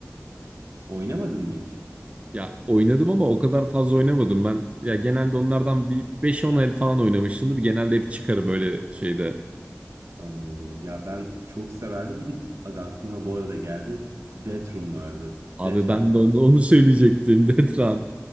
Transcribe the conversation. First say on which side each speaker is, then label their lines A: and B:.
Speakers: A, on the right; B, on the right.
A: Oynamadın mı hiç?
B: Ya oynadım ama o kadar fazla oynamadım ben. Ya genelde onlardan bir beş on el falan oynamışımdır. Genelde hep çıkarım öyle şeyde.
A: Anladım. Ya ben çok severdim. Bir de aga aklıma bu arada geldi. Deatrun vardı.
B: Abi
A: Detran.
B: ben de onu, onu söyleyecektim. <laughs> Death Run.